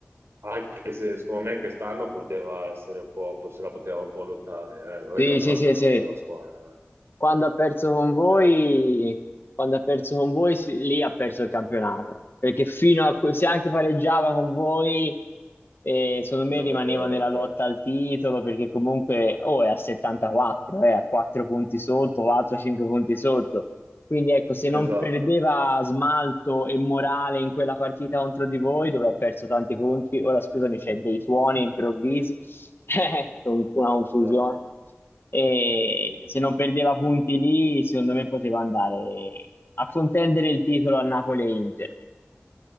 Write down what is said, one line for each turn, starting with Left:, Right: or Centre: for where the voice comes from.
Right: anche se secondo me quest'anno poteva essere un po', se la poteva un po' lottare. Eh, non
Left: Sì,
Right: è che l'Atalanta
Left: sì, sì,
Right: c'è
Left: sì,
Right: una bella squadra, eh.
Left: Quando ha perso con voi,
Right: Cioè,
Left: quando ha perso con voi, sì, lì ha perso il campionato. Perché fino a, que-
Right: eh,
Left: se anche pareggiava con voi, eh, secondo
Right: se
Left: me
Right: la
Left: rimaneva
Right: poteva lottare.
Left: nella lotta al titolo, perché comunque, oh, è a 74, è a 4 punti sotto, 4-5 punti sotto. Quindi ecco, se non
Right: Esatto,
Left: perdeva smalto e morale in quella partita contro di voi, dove ho perso tanti punti, ora scusami, c'è dei suoni improvvisi, <laughs> con una confusione.
Right: no,
Left: E
Right: tranquillo.
Left: se non perdeva punti lì, secondo me poteva andare a contendere il titolo a Napoli e Inter.